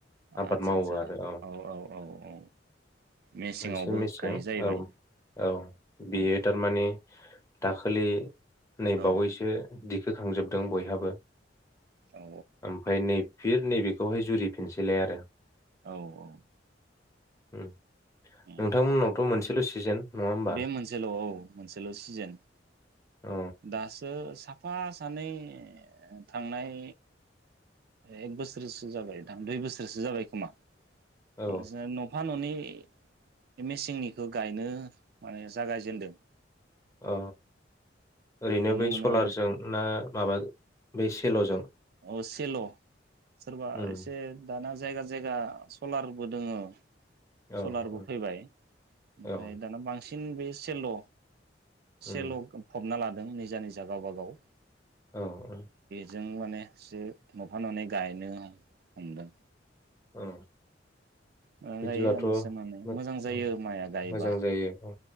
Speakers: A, on the right; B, on the left.
A: आदसा
B: आबाद मावो
A: आदसा
B: आरो औ
A: औ औ मेसेङावबो
B: मोनसे मेचें
A: गायो जाहैबाय
B: औ औ बेयो
A: औ
B: थारमाने दाखोलि नै
A: औ
B: बावैसो दिखो खांजोब दों बयहाबो
A: औ
B: ओमफ्राय नै फिर नैबेखौहाय जुरिफिनसैलाय आरो
A: औ औ
B: ओम
A: उम
B: नोंथांमोननावथ' मोनसेल' सिजेन नङा होमबा
A: बे मोनसेल' औ मोनसेल' सिजोन
B: औ
A: दासो साफा सानै थांनाय एक बोसोरसो जाबाय दां दुइ बोसोरसो जाबाय खोमा <unintelligible>
B: औ
A: न'फा न'नै <unintelligible> मेसेंनिखौ गायनो माने जागायजेेनदों
B: अ ओरैनो
A: नुनो
B: बै
A: मोनो
B: सलारजों
A: आरो दा
B: ना माबा बे सेल'जों
A: औ सेल' सोरबा
B: उम
A: एसे दाना जायगा जायगा सलारबो दोङो
B: औ औ
A: सलारबो फैबाय ओमफ्राय
B: औ
A: दाना बांसिन थिन बे सेल'
B: उम
A: सेल' फबना ला दों निजा निजा गावबा गाव
B: औ औ
A: जों माने से न'फा न'नै गायनो हमदों।
B: औ
A: मोजां
B: बिदिब्लाथ'
A: जायो न'से न'नै
B: मो
A: मोजां जायो
B: औ
A: माइआ गायोबा
B: मोजां जायो औ